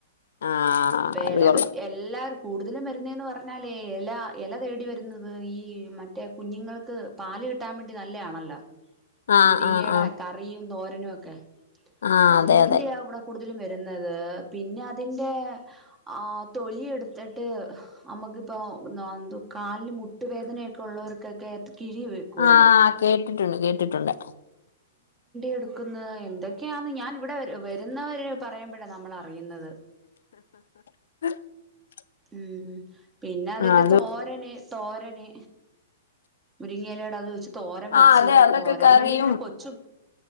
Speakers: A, on the left (about 80°); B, on the right (about 20°).
A: ആഹ്
B: പ്പോല
A: അത് കൊള്ളാം
B: എല്ലാർക്കും. കൂടുതലും വരുന്നന്ന് പറഞ്ഞാലേ എല എല തേടി വരുന്നത്. ഈ മറ്റേ കുഞ്ഞുങ്ങൾക്ക് പാൽ. കിട്ടാൻ വേണ്ടി നല്ലയാണല്ലോ.
A: ആഹ്
B: മുരിങ്ങയുടെ
A: ആഹ് ആഹ്
B: കറിയും തോരനും ഒക്കെ
A: ആഹ്
B: അതിന
A: അതെ
B: വേണ്ടിയ
A: അതെ
B: ഇവിടെ വരുന്നത് പിന്നെ അതിന്റെ ആ തൊലി എടുത്തിട്ട് നമുക്ക്- ഇപ്പൊ എന്ത കാലിന് മുട്ടുവേദനയൊക്കെ ഉള്ളവർക്കൊക്കെ കിഴി വെക്കുവല്ലോ?
A: ആഹ് കേട്ടിട്ടുണ്ട് കേട്ടിട്ടുണ്ട്.
B: എടുന്നത് എന്തൊക്കെയാെന്ന് ഞാൻ ഇവിടെ വരുന്നവര് പറയ ടെ നമ്മൾ അറിയുന്നത്.
A: <unintelligible>
B: ഉം പിന്നെ അതിന്റെ
A: അത്
B: തോരന്. തോരന് മുരിങ്ങയിലട അത് വെച്ച്. തോരം
A: ആഹ്
B: വെച്ച്
A: അതെ അതൊക്കെ
B: തോരന്
A: കറിയും
B: വേണ്ടി പിന്നെ കൊച്ചും.